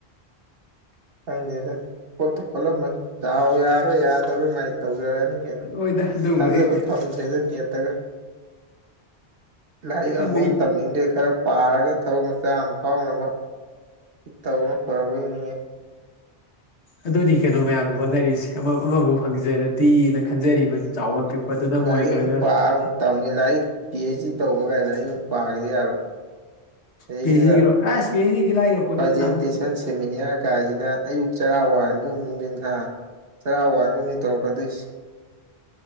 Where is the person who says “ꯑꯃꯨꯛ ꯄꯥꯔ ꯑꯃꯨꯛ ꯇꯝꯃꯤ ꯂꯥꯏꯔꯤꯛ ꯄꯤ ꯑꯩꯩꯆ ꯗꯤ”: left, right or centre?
Right